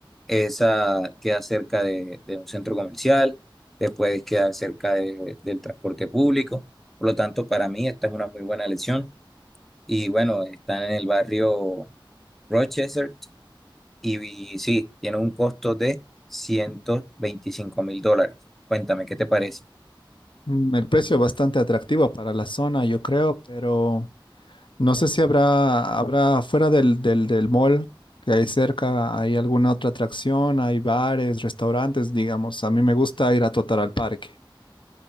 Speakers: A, in the centre; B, on the left.
A: Esa queda cerca de, de un centro comercial, te puedes quedar cerca de- del transporte público. Por lo tanto, para mí esta es una muy buena elección. Y bueno, están en el barrio Rochester y, y sí, tiene un costo de ciento veinticinco mil dólares. Cuéntame, ¿qué te parece?
B: Mm, El precio es bastante atractivo para la zona, yo creo, pero... No sé si habrá, habrá fuera del, del, del mall que hay cerca, hay alguna otra atracción, hay bares, restaurantes, digamos. A mí me gusta ir a trotar al parque.